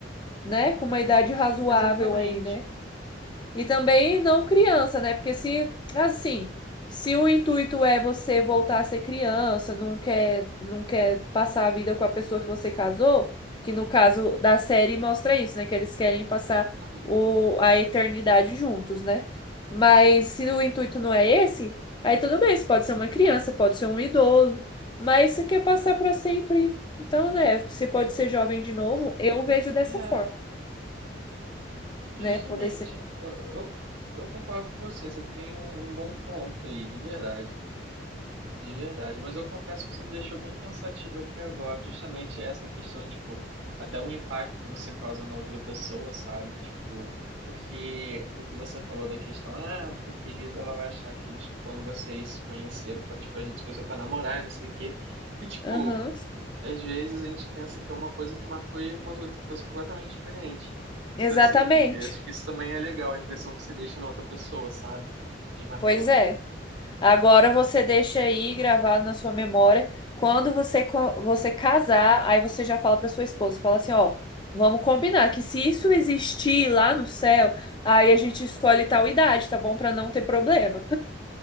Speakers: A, on the left; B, on the right.
A: né? Com uma idade razoável
B: Exatamente.
A: aí, né? E também não criança, né? Porque se, assim, se o intuito é você voltar a ser criança, não quer, não quer passar a vida com a pessoa que você casou, que no caso da série mostra isso, né? Que eles querem passar
B: Uhum.
A: o, a eternidade juntos, né? Mas se o intuito não é esse, aí tudo bem, você pode ser uma criança, pode ser um idoso, mas você quer passar para sempre. Então, né, você pode ser jovem de novo,
B: Exa-
A: eu vejo dessa
B: É,
A: forma,
B: justamente.
A: né? Poder ser.
B: Eu, eu, eu concordo com você, você tem um, um bom ponto aí, de verdade. De verdade, mas eu confesso que você me deixou bem pensativo aqui agora, justamente essa questão, tipo, até o impacto que você causa na outra pessoa, sabe? Tipo, porque o que você falou da questão, ah, porque às vezes ela vai achar que, tipo, quando vocês se conheceram, pra- tipo, a gente se conheceu pra namorar, e não sei o quê, e, tipo,
A: Aham,
B: às vezes a gente pensa que é uma coisa que marcou e uma outra coisa completamente diferente.
A: exatamente.
B: Então, assim, eu acho que isso também é legal, a impressão que você deixa na outra pessoa, sabe? De marcando.
A: Pois é. Agora você deixa aí gravado na sua memória. Quando você, co- você casar, aí você já fala para sua esposa, fala assim, ó, vamos combinar que se isso existir lá no céu, aí a gente escolhe tal idade, tá bom? Para não ter problema.